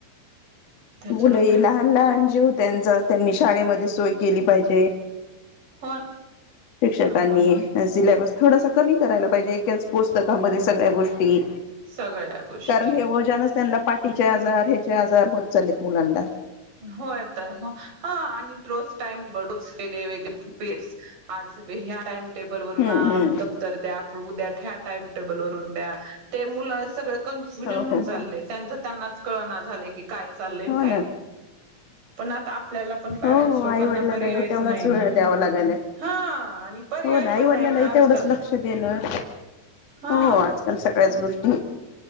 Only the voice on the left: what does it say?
मुले लहान लहान जीव त्यांचा, त्यांनी शाळेमध्ये सोय केली पाहिजे.
शिक्षकांनी
आ सिलॅबस थोडसा कमी करायला पाहिजे. एकाच पुस्तकामध्ये सगळ्या गोष्टी
कारण हे वोजानच त्यांना पाटीचे
आजार,
हेचे आजार होत चालेत मुलांना.
हम्म
हम्म
हो
हो
हो
हो ना
हो हो
आई वडिलालाही
तेवढाच
वेळ
द्यावा लागायलाय.
हो ना आईवडलालाही
तेवढंच लक्ष देणं
हो आजकाल सगळ्याच गोष्टी